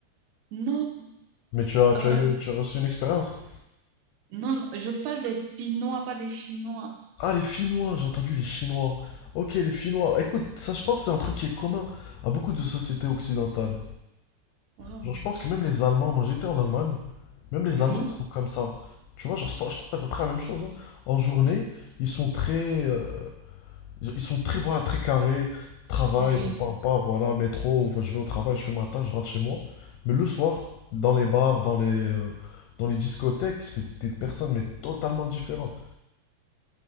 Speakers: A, on the right; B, on the left.
A: Non,
B: Mais tu as, tu
A: euh,
B: as eu, tu as reçu une expérience.
A: non, je parle des Finnois, pas des Chinois.
B: Ah, les Finnois, j'ai entendu les Chinois. Ok, les Finnois. Écoute, ça, je pense que c'est un truc qui est commun à beaucoup de sociétés occidentales.
A: Wow.
B: Genre, je pense que même les Allemands, moi j'étais en Allemagne, même les
A: Oui,
B: Allemands, ils sont comme ça. Tu vois, genre, je pense je pense que c'est à peu près la même chose. hein. En journée, ils sont très, euh, ils ils sont très, voilà, très carrés. Travail,
A: oui.
B: on parle pas, voilà, métro, ou je vais au travail, je fais ma tâche, je rentre chez moi. Mais le soir, dans les bars, dans les, euh, dans les discothèques, c'est des personnes, mais totalement différentes.